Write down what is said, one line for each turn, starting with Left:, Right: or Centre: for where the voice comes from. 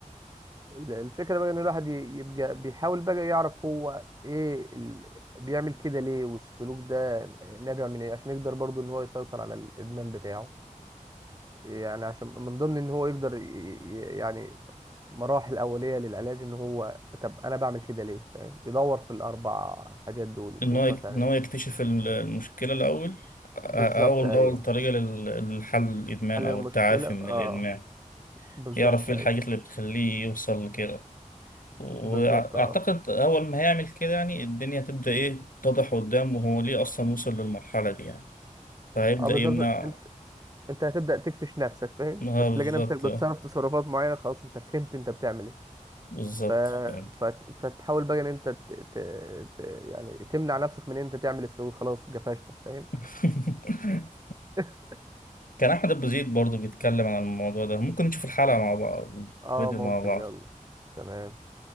Right: الفكرة بقى ان الواحد ي- يبقى بيحاول بقى يعرف هو ايه ال... بيعمل كده ليه والسلوك ده نابع من ايه عشان يقدر برضو ان هو يسيطر على الادمان بتاعه يعني عشان من ضمن ان هو يقدر ي... ي- يعني مراحل اولية للعلاج ان هو طب انا بعمل كده ليه فاهم يدور في الاربع حاجات دول يشوف
Left: ان هو يك-
Right: مثلا
Left: ان هو يكتشف ال- المشكلة الأول آه،
Right: بالظبط
Left: أول
Right: ايوه
Left: أول طريقة لل- للحل الإدمان
Right: حل
Left: أو
Right: المشكلة
Left: التعافي من
Right: اه
Left: الإدمان
Right: بالظبط
Left: يعرف ايه
Right: ايوه
Left: الحاجات اللي بتخليه يوصل لكده وأعتقد
Right: بالظبط اه
Left: أول ما هيعمل كده يعني الدنيا هتبدأ إيه تتضح قدامه هو ليه أصلا وصل للمرحلة دي يعني. فهيبدأ
Right: اه بالظبط
Left: يمنع
Right: انت هتبدأ تكفش نفسك فاهم
Left: اه
Right: فتلاقي
Left: بالظبط
Right: نفسك بتصرف
Left: آه،
Right: تصرفات معينة خلاص انت فهمت انت بتعمل ايه
Left: بالظبط
Right: ف...
Left: فهمت
Right: فت... فتحاول بقى ان انت ت... ت... ت... يعني تمنع نفسك من ان انت تعمل السجود خلاص جفشتك فاهم
Left: <laughs>
Right: <laughs>
Left: كان احمد ابو زيد برضه بيتكلم عن الموضوع ده ممكن نشوف الحلقه مع بعض الفيديو
Right: اه ممكن
Left: مع بعض
Right: يلا تمام